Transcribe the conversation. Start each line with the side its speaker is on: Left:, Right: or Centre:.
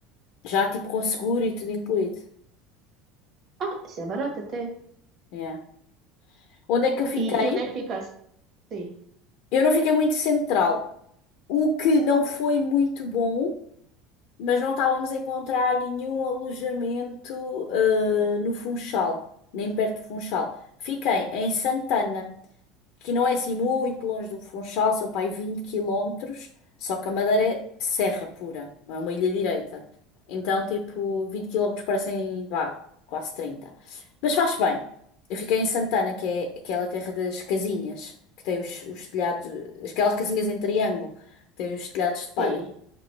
Left: Já tipo com seguro e tudo incluído.
Right: Ah, isso é barato até.
Left: Yeah. Onde é que eu fiquei?
Right: E, e onde é que ficaste? Sim,
Left: Eu não fiquei muito central, o que não foi muito bom, mas não estávamos a encontrar nenhum alojamento, eh, no Funchal, nem perto do Funchal. Fiquei em Santana. que não é assim muito longe do Funchal, são para aí 20 quilómetros, só que a Madeira é serra pura, não é uma ilha direita. Então, tipo, 20 quilómetros parecem, vá, quase 30. Mas faz bem. Eu fiquei em Santana, que é aquela terra das casinhas, que tem os, os telhados, aquelas casinhas em triângulo, que tem os telhados de palha.
Right: sim.